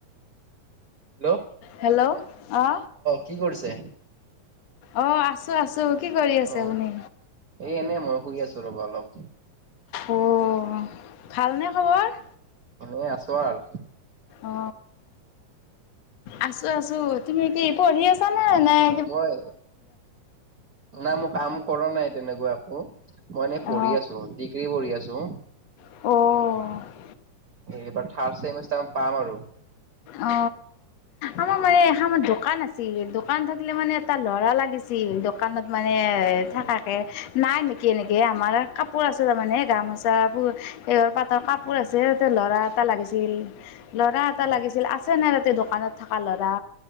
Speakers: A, on the right; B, on the left.
A: হেল্ল',
B: হেল্ল', অ,
A: কি কৰিছে?
B: অ, আছো-আছো কি কৰি আছে
A: অ',
B: আপুনি?
A: এই এনেই মই শুই আছো ৰ'বা অলপ।
B: উম, ভালনে খবৰ?
A: এ, আছো আৰ।
B: অ, আছো-আছো তুমি কি পঢ়ি আছা নে? নাই
A: মই নাই কাম কৰা নাই তেনেকুৱা একো। মই মানে পঢ়ি
B: অ
A: আছো ডিগ্ৰী পঢ়ি আছো।
B: অঁ,
A: এইবাৰ থাৰ্ড চেমষ্টাৰ পাম আৰু।
B: অ, আমাৰ মানে এখান দোকান আছিল দোকান থাকিলে মানে এটা ল'ৰা লাগিছিল ছিল দোকানত মানে
A: উম,
B: থাকাকে নাই নেকি এনেকে আমাৰ কাপোৰ আছে তাৰমানে গামোচা বোৰ সেইঘৰ পাতৰ কাপোৰ আছে ততে ল'ৰা এ এটা লাগিছিল ল'ৰা এটা
A: উম।
B: লাগিছিল আছে নে তাতে দোকানত? থকা ল'ৰা